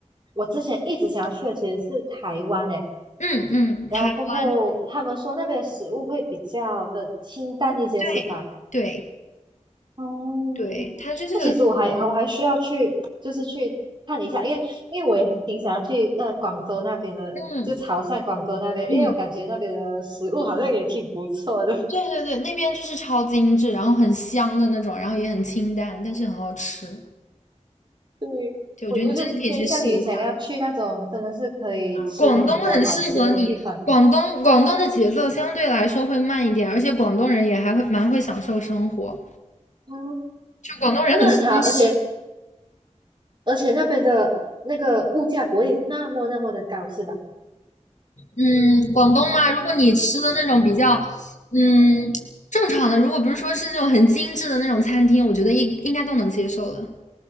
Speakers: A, on the right; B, on the left.
A: 我之前一直想要去的其实是台湾诶，
B: 嗯嗯，
A: 然后过后他们说那边的食物会比较的清淡一些，
B: 台湾，对
A: 是吧？
B: 对。
A: 哦，
B: 对，它就是，
A: 那其实我还我还需要去，就是去看一下，因为因为我也挺想要去呃广州那边的，
B: 嗯
A: 就潮汕广州那边，
B: 嗯，
A: 因为我感觉那边的食物好像也挺不错的。
B: 对对对，那边就是超精致，然后很香的那种，然后也很清淡，但是很好吃。
A: 对，
B: 就我觉得你真的可以去试一下，
A: 我我就偏向于想要去那种真的是可以吃很多好吃的地方。
B: 广东很适合你。广东广东的节奏相对来说会慢一点，而且广东人也还会蛮会享受生活，
A: 哦，
B: 就广东人很松弛。
A: 诶那很好，而且而且那边的那个物价不会那么那么的高，是吧？
B: 嗯，广东嘛，如果你吃的那种比较，嗯，正常的，如果不是说是那种很精致的那种餐厅，我觉得应应该都能接受的。